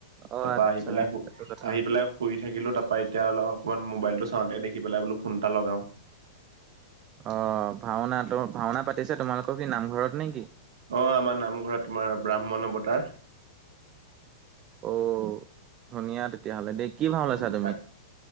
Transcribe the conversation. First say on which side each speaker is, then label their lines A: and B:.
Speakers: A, on the right; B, on the right.
A: অ
B: তাৰপা
A: আচ্ছা
B: আহি পেলাই
A: সেইটো কথা
B: আহি পেলাই শুই থাকিলো ত <unintelligible> ত এতিয়া অ অকমান মোবাইল টো চাওঁতে দেখি পেলাই বোলো ফোন এটা লগাও <unintelligible>
A: অ ভাওনা ত ভাওনা পাতিছে তোমালোকৰ কি নামঘৰত নে কি
B: অ আমাৰ নামঘৰত তোমাৰ ব্ৰাহ্মণ অৱতাৰ।
A: অ ধুনীয়া তেতিয়াহ'লে দেই। কি ভাও লৈছা
B: উ
A: তুমি
B: তাক